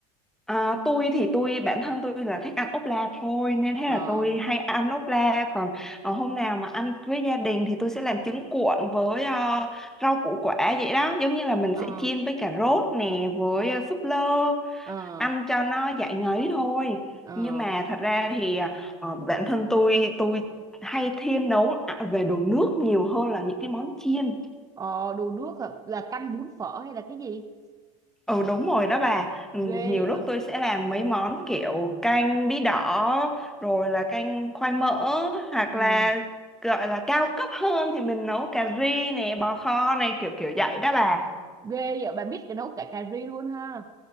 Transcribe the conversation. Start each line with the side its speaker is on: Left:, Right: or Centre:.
Centre: À, tôi thì tôi bản thân tôi là thích ăn ốp la thôi nên thế là
Right: ờ
Centre: tôi hay ăn ốp la còn ờ, hôm nào mà ăn với gia đình thì tôi sẽ làm trứng cuộn với ờ, rau củ quả vậy đó giống như là mình
Right: ờ
Centre: sẽ chiên với cà rốt nè với ờ, súp lơ
Right: ờ
Centre: ăn cho nó giải ngấy thôi
Right: ờ
Centre: nhưng mà thật ra thì ờ, ờ, bản thân tôi tôi hay thiên nấu à, về đồ nước nhiều hơn là những cái món chiên
Right: ờ đồ nước hả? là canh bún phở hay là cái gì
Centre: Ừ đúng rồi đó bà ừ, Nhiều
Right: ghê vậy
Centre: lúc tôi sẽ làm mấy món kiểu canh bí đỏ Rồi là canh khoai mỡ Hoặc
Right: ừ.
Centre: là gọi là cao cấp hơn Thì mình nấu cà ri này, bò kho này Kiểu kiểu vậy đó bà
Right: ghê vậy bà biết cái nấu cả cà ri luôn ha